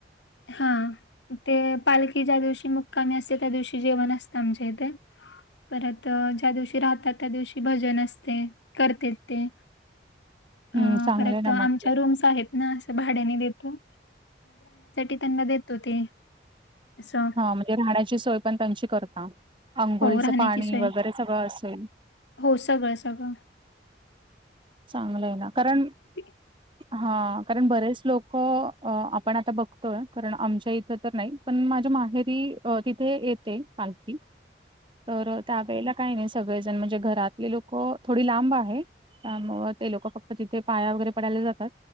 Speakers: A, on the left; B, on the right.
A: हां. ते पालखी ज्या दिवशी मुक्कामी असते. त्या दिवशी जेवण असतं. आमच्या इथे, परत ज्या दिवशी राहतात. त्या दिवशी भजन असते. करतेत. ते अ
B: हम्म चांगलं
A: परत
B: आहे ना
A: आमच्या.
B: मग ते.
A: रूम्स आहेत ना भाड्याने देते. त्यांना देतो ते असं.
B: हा म्हणजे राहण्याची सोय पण त्यांची करता. आंघोळीचं
A: हो राहण्याची
B: पाणी
A: सोय
B: वगैरे सगळं असेल,
A: हो सगळं सगळं.
B: चांगलं आहे, ना कारण,
A: ते
B: हा कारण बरेच लोकं आपण आता बघतोय. कारण आमच्या इथं तर नाही. पण माझ्या माहेरी तिथे येते पालखी.
A: <inaudible>
B: तर त्यावेेळेला काही नाही. सगळेजण म्हणजे घरातले लोक थोडी लांब आहेत. त्यामुळ ते लोक फक्त तिथे पाया वगैरे पडायला जातात.